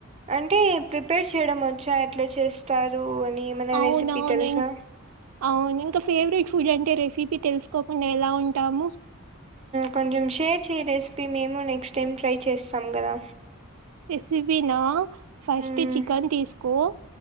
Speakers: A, on the right (about 30°); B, on the right (about 75°).
A: అంటే ప్రిపేర్ చేయడం వచ్చా ఎట్లా చేస్తారు అని ఏమైనా
B: అవునవును
A: రెసిపీ తెలుసా
B: ఇం- అవును ఇంకా ఫేవరెట్ ఫుడ్ అంటే రెసిపీ తెలుసుకోకుండా ఎలా ఉంటాము
A: కొంచెం షేర్ చేయ్యే రెసిపీ మేము నెక్స్ట్ టైం ట్రై చేస్తాం కదా
B: రెసిపీ నా ఫస్ట్
A: మ్మ్
B: చికెన్ తీసుకో